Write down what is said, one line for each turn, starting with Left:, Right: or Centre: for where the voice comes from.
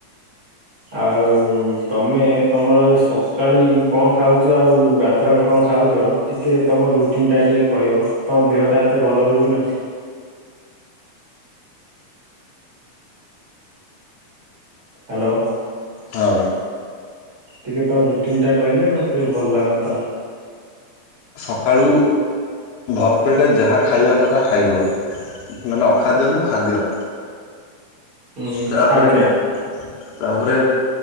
Right: ଆଉ ତମେ ତମର ସକାଳୁ କଣ ଖାଉଛ ଆଉ। ଗାଧୁଆବେଳେ କଣ ଖାଉଛ ଟିକେ ତମର ରୁଟି ତିନିଟା ଟିକେ କହିବ ତମ ଦେହ ଟା ଏତେ ଭଲ ରହୁଛି ନା। ହାଲୋ।
Left: ହଁ
Right: ଟିକେ ତମ ରୁଟିନ ଟା କହିଲେ ମତେ ଭଲ ଲାଗନ୍ତା।
Left: ସକାଳୁ ଭରପେଟେ ଯାହା ଖାଇବା କଥା ଖାଇବ। ମାନେ ଅଖାଦ୍ୟ ନୁହଁ ଖାଦ୍ୟ।
Right: ହୁଁ
Left: ତାପରେ
Right: ଆଜ୍ଞା।
Left: ତାପରେ